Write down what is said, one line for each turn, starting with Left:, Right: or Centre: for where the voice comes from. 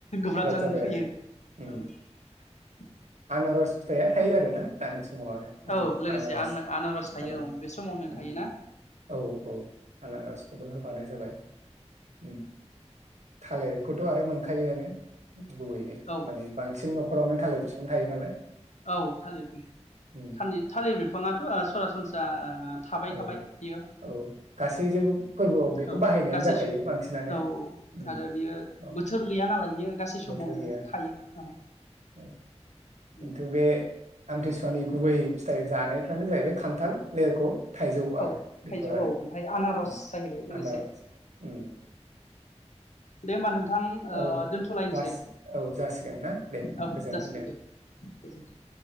Left: गोब्राब जानानै
Right: जाबाय
Left: फैयो
Right: आरो उम
Left: औ।
Right: आनारस फिथाइया थायो आरो ना दानि स समाव आरो उम
Left: औ लोगोसे
Right: आनारस
Left: आनारस थायो
Right: आरो
Left: औ बे समावनो थायोना
Right: उम औ औ आनारसखौबो होबानो जाबाय। उम थालिर ख खोथ' आरो मोनखायोआनो। गुबैयै
Left: औ
Right: माने बांसिन नखरावनो थालिर आं थायो नालाय।
Left: औ थालिर
Right: उम
Left: थालि थालिर बिफाङाथ सरासनस्रा ओ थाबाय
Right: औ
Left: थाबाय बियो
Right: औ गासैजों फोरबोआव बेखौ
Left: औ
Right: बाहायनायानो
Left: गासै
Right: जाखायो बांसिनानो
Left: औ
Right: उम
Left: आरो बियो
Right: औ
Left: बोथोर गैया नालाय बियो गासै
Right: बोथोर
Left: समावनो
Right: गैया
Left: थायो औ।
Right: औ
Left: उम
Right: खिन्थु बे आमथि मानि गुबै फिथाइ जानायफ्रानो जाहैबाय खान्थाल <unintelligible> थाइजौ
Left: औ
Right: आरो बेफोरानो
Left: थाइजौ औ ओमफ्राय आनारस
Right: उम
Left: जाहैबाय लोगोसे
Right: आनारस उम।
Left: दे होमबा नों। थां ओ
Right: औ
Left: दोनथ'लायनोसै
Right: जासि औ जासिगोन ना दे
Left: औ
Right: गोजोन्थों
Left: जासिगोन दे गोजोनथों।